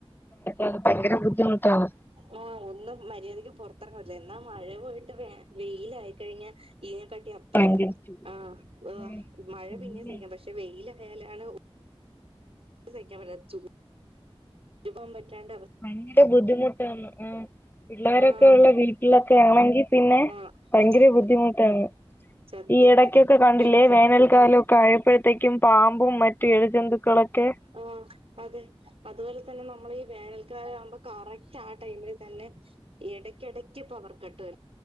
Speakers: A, on the left (about 20°); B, on the right (about 75°).
A: അത് പയങ്കര ബുദ്ധിമുട്ടാണ്
B: ആ ഒന്ന്‌ മര്യാദക്ക് പുറത്തിറങ്ങപറ്റില്ല എന്നാ മഴ പോയിട്ട് വ വെയിലായിക്കഴിഞ്ഞ ഇയിനെക്കാട്ടിയപ്പറം
A: ഭയങ്കര ചൂട്.
B: ആഹ്
A: ഉം.
B: മഴ
A: ചൂട്
B: പിന്നെ സഹിക്കാം പക്ഷെ വെയിലായാലാണ് സഹിക്കാപറ്റാത്ത ചൂ <inaudible> പറ്റാണ്ടവ
A: പയങ്കര ബുദ്ധിമുട്ടാണ് ആഹ് പിള്ളേരൊക്കെ
B: ആഹ്
A: ഉള്ള വി ട്ടിലൊക്കെ ആണെങ്കി പിന്നെ
B: ആഹ്
A: ഭയങ്കര
B: തീർന്ന്
A: ബുദ്ധിമുട്ടാണ്
B: സത്യം
A: ഈ ഇടക്കൊക്കെ
B: അതും
A: കണ്ടില്ലേ
B: ഈ
A: വേനൽക്കാലോമ് കായപ്പോഴത്തേക്കും പാമ്പും മറ്റു എഴജന്തുക്കളൊക്കെ
B: ആഹ് അതെ അതുപോലെ തന്നെ നമ്മള് ഈ വേനൽക്കാലാകുമ്പോ കറക്റ്റ് ആ ടൈമില് തന്നെ ഇടയ്കിടയ്ക്ക് പവർകട്ട്‌ വരും